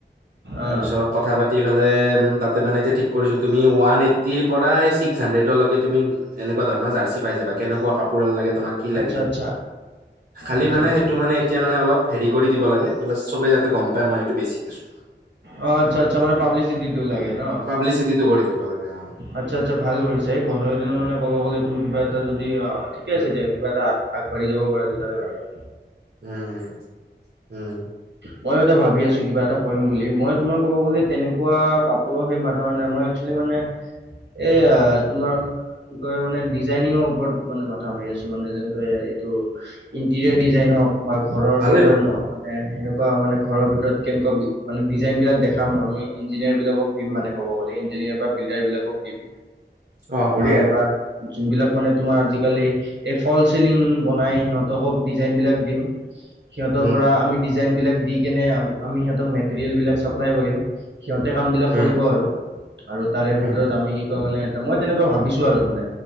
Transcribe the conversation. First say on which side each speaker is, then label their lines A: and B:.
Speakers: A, on the right (about 55°); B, on the right (about 75°).
A: তাৰপিছত
B: অঁ
A: কথা পাতি পেলাই উ তাতে মানে এতিয়া ঠিক কৰিছো তুমি ওৱান এইটিৰ পৰাই ছিক্স হাড্ৰেডৰ লেকে তুমি এনেকুৱা ধৰণ জাৰ্চি পাই যাবা, কেনকুৱা কাপোৰ লাগে তোমাক কি লাগে,
B: আচ্ছা আচ্ছা
A: খালি
B: আচ্ছা
A: মানে
B: আচ্ছা
A: সেইটো মানে
B: ঠিক আছে
A: এতিয়া মানে অলপ হেৰি কৰি দিব লাগে, ব'লে চবে যাতে গম পায় মই এইটো বেছি আছো।
B: অ', আচ্ছা আচ্ছা, মানে পাবলিচিটি তো লাগে ন।
A: পাবলিচিটিতো কৰি দিব লাগে অ'।
B: আচ্ছা আচ্ছা, ভাল কৰিছা, এই বন্ধৰ দ দিনৰ মানে ক'ব গ'লে তুমি কিবা এটা দি অ' ঠিকে
A: উম
B: আছে দিয়া কিবা এটা আগবাঢ়ি যাব প তে তেতিয়া হ'লে ভালে।
A: উম, উ উম।
B: মইো এটা ভাবি আছো কিবা এটা কৰিম বুলি, মই তোমাৰ ক'ব গ'লে তেনেকুৱা কাপোৰৰ সেই মাথা মাৰা নাই, মই একচুৱেলি মানে, এ তোমাৰ কি কয় মানে ডিজাইনিঙৰ ওপৰত মানে মাথা মাৰি আছো, মানে যেনেকে এইটো ইণ্টেৰিয়াৰ ডিজাইন হওঁক বা ঘৰৰ
A: ভালেই
B: কি কয়
A: দেখোন
B: মানে সেনেকুৱা মানে ঘৰ ভিতৰত কেনেকুৱা মানে, ডিজাইনবিলাক দেখাম আমি ইঞ্জিনিয়াৰ বিলাকক। দিম মানে ক'ব গ'লে ইঞ্জিনিয়াৰ বা বিল্ডাৰ বিলাকক দিম।
A: <inaudible> বঢ়িয়া
B: নহলে বা, যোন বিলাক মানে তোমাৰ আজিকালি এই ফল চিলিং বনাই সিহঁতকো ডিজাইন বিলাক দিম। সিহঁতৰ
A: উম
B: পৰা আমি ডিজাইন বিলাক দি কেনে আমি সিহঁতক মেটেৰিয়েল বিলাক চাপ্লাই কৰিম। সিহঁতে কাম বিলাক
A: উম
B: কৰিব আৰু, আৰু তাৰে
A: উম
B: ভিতৰত আমি মানে এ মই তেনেকুৱা ভাবিছো আৰু মানে,